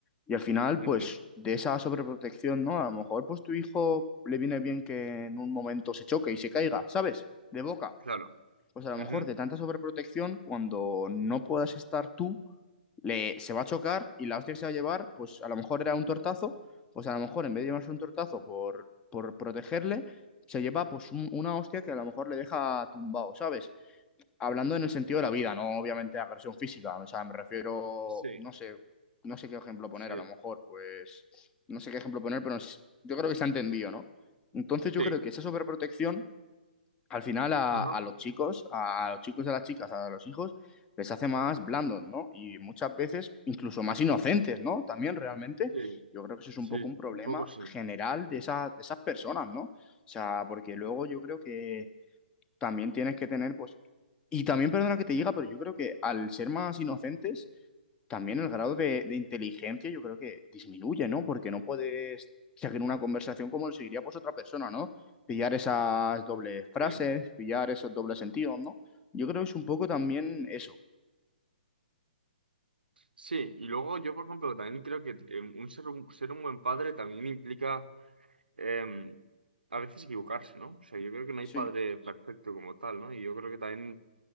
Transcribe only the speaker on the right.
Ujú,
claro.
Ujú,
Sí,
sí,
sí,
ajá,
sí,
sí,
un poco sí.
Sí.
Sí, y luego yo, por ejemplo, también creo que eh, un ser un, ser un buen padre también implica em, a veces equivocarse, ¿no? O sea, yo creo que no hay
padre perfecto como tal, ¿no? Y yo creo que también